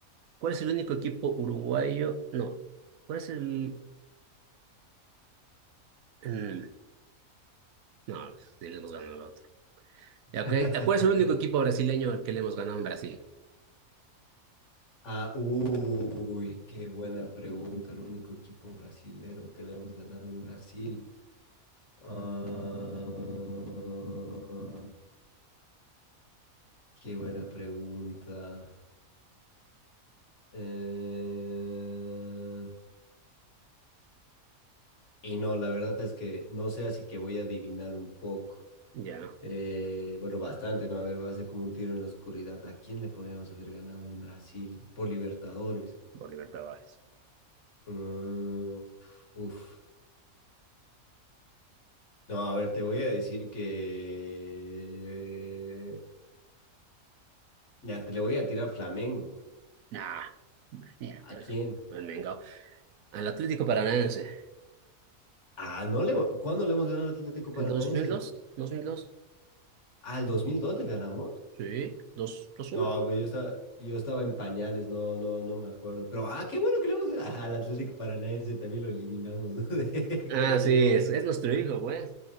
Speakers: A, on the right; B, on the left.
A: cuál es el único equipo uruguayo? No, ¿cuál es el... mm, no, sí le hemos ganado al otro. Ya, ok,
B: <laughs>
A: ¿a ¿Cuál es el único equipo brasileño al que le hemos ganado en Brasil?
B: ah, uy, qué buena pregunta. El único equipo brasilero que le hemos ganado en Brasil. Uh... Qué buena pregunta. Eh, Y no, la verdad es que no sé, así que voy a adivinar un poco.
A: Ya,
B: Eh, bueno, bastante, ¿no? A ver, va a ser como un tiro en la oscuridad. ¿A quién le podríamos haber ganado en Brasil por Libertadores?
A: por Libertadores.
B: Mm, uf. No, a ver, te voy a decir que... Ya, te le voy a tirar Flamengo.
A: Nah, mierda,
B: ¿A
A: el
B: quién?
A: el Mengao. Al Atlético Paranaense.
B: Ah, no le... ¿Cuándo le hemos ganado al Atlético Paranaense?
A: ¿El dos mil dos? Dos mil mil dos.
B: Ah, ¿el 2002 le ganamos?
A: Sí, Dos
B: No,
A: uno.
B: pues yo estaba, yo estaba en pañales, no, no, no me acuerdo. Pero, ah, qué bueno que le vamos ah, al Atlético Paranaense también lo eliminamos, ¿no? <laughs> De-
A: Ah,
B: cuando llegamos
A: sí, es,
B: a...
A: es nuestro hijo, pues.